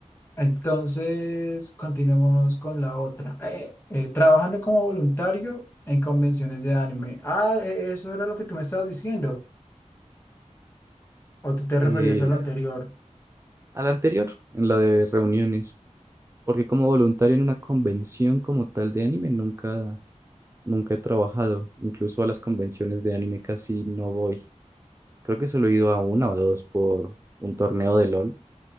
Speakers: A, on the left; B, on the right.
A: entonces continuemos con la otra. Eh, eh, trabajando como voluntario en convenciones de anime. Ah, e- eso era lo que tú me estabas diciendo, o tú te
B: Eh,
A: referías a lo
B: Claro.
A: anterior.
B: a la anterior, en la de reuniones, porque como voluntario en una convención como tal de anime nunca, nunca he trabajado. Incluso a las convenciones de anime casi no voy. Creo que solo he ido a una o dos por un torneo de LOL,